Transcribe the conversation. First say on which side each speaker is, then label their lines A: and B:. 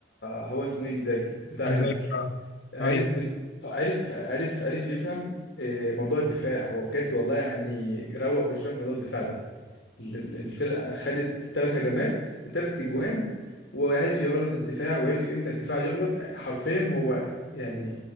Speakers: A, on the left; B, on the left.
A: هو اسمه إيه؟ انزاجي بتاع انتر
B: زي كده.
A: عارف
B: ايوه
A: عارف عارف عارف يفهم آه، موضوع الدفاع هو بجد والله يعني روق برشلونة في موضوع الدفاع ده ال- ال- الفرقة خدت ثلاث هجمات بثلاث تجوان وعارف يغلط الدفاع وعارف امتى الدفاع يغلط حرفيا هو يعني